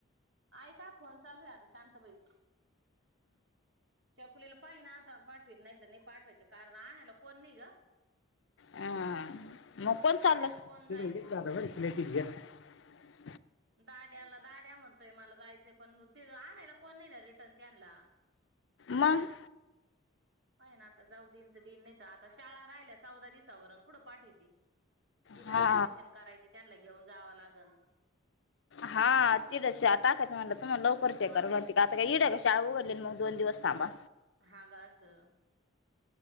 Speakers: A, on the right; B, on the left.
A: ऐका फोन चालू आहे आता शांत बैस छकुलीला पाहिण आता पाठवीन नाहीतर नाय पाठवायचे कारण आणायला कोण नाय ग
B: हा मग कोण चाल्ला?
A: आणायला कोण जाईन
B: <unintelligible>
A: दाद्याला दाद्या म्हणतोय मला जायचय पण तिथे आणायला कोण नाय ना रिटर्न त्यांला
B: मग
A: पाहीन आता जाऊ देईन तर देईन नाहीत आता शाळा राहिल्या चौदा दिसावर अन कुढं पाठवीती इकडं
B: हा
A: ऍडमिशन करायचे त्यांला घेऊन जावा लागण
B: हा तिद शा टाकायच म्हणलं तुम्हाला लवकर चेक
A: मग
B: करल माहिती की आता काय इड शाळा उघडले ना मगं दोन दिवस थांबा
A: हा गा असं